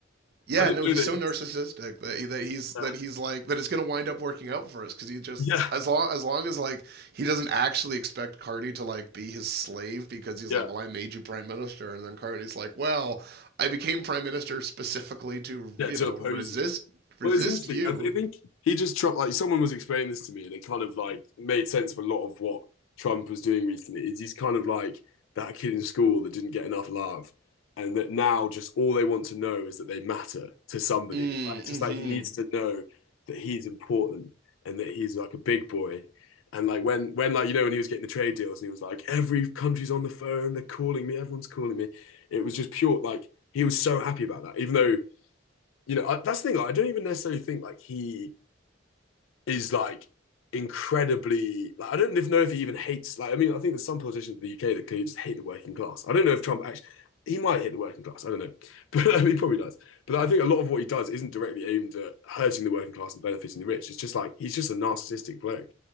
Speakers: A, on the right; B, on the left.
A: Yeah,
B: I didn't
A: no,
B: know
A: he's
B: that.
A: so
B: He's,
A: narcissistic that, that he's
B: yeah,
A: that he's like that it's gonna wind up working out for us because he just
B: yeah,
A: as long as long as like he doesn't actually expect Carney to like be his slave because he's
B: yeah,
A: like, well, I made you prime minister, and then Carney's like, well, I became prime minister specifically to
B: yeah.
A: you
B: To
A: know
B: oppose
A: resist
B: you.
A: resist
B: Well, it's interesting.
A: you.
B: I, th- I think he just Trump, like someone was explaining this to me, and it kind of like made sense for a lot of what Trump was doing recently. Is he's kind of like that kid in school that didn't get enough love, and that now just all they want to know is that they matter to somebody.
A: Mm,
B: Like, It's just like
A: hmm
B: he needs to know that he's important and that he's like a big boy. And like when when like you know when he was getting the trade deals, and he was like, every country's on the phone, they're calling me, everyone's calling me. It was just pure like he was so happy about that, even though you know, I, that's the thing. like, I don't even necessarily think like he is like incredibly. Like, I don't know if he even hates. Like, I mean, I think there's some politicians in the UK that clearly just hate the working class. I don't know if Trump actually. He might hate the working class. I don't know, <laughs> but I mean, he probably does. But I think a lot of what he does isn't directly aimed at hurting the working class and benefiting the rich. It's just like he's just a narcissistic bloke,